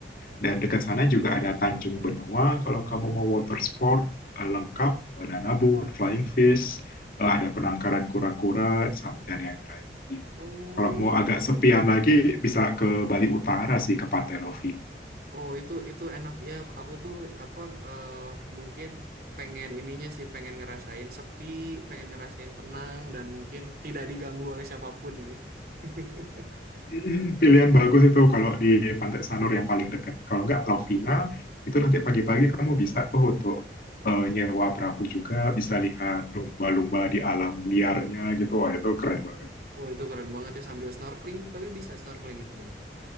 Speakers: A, on the left (about 50°); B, on the right (about 55°).
A: dan dekat sana juga ada Tanjung Benua kalau kamu mau water sport eh, lengkap banana boat, flying fish, eh, ada penangkaran kura-kura sam- dan yang lain.
B: oh,
A: Kalau mau agak
B: oke.
A: sepian lagi bisa ke Bali Utara sih ke Pantai Lovina.
B: Oh itu itu enak ya aku tuh apa eh, mungkin pengen ininya sih pengen ngerasain sepi pengen ngerasain tenang dan mungkin tidak diganggu oleh siapapun sih. <laughs>
A: Hmm, pilihan bagus itu kalau di Pantai Sanur yang paling dekat. Kalau nggak Lovina itu nanti pagi-pagi kamu bisa tuh untuk eh, nyewa perahu juga, bisa lihat lumba-lumba di alam liarnya gitu. Wah itu keren banget.
B: Oh itu keren banget ya sambil snorkeling tapi bisa snorkeling itu bang.